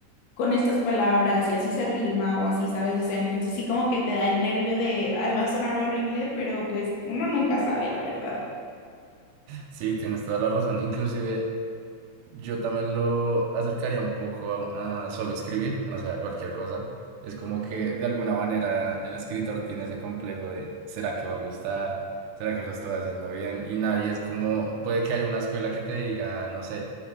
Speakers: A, on the left; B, on the right.
A: con estas palabras y así se rima o así, ¿sabes? O sea, entonces sí como que te da el nervio de, ay, va a sonar horrible, pero pues uno nunca sabe, la verdad.
B: Sí, tienes toda la razón. Inclusive Yo también lo acercaría un poco a, a solo escribir, o sea, cualquier cosa. Es como que de alguna manera el escritor tiene ese complejo de ¿será que va a gustar? ¿Será que lo estoy haciendo bien? Y nadie es como, puede que haya una escuela que te diga, no sé,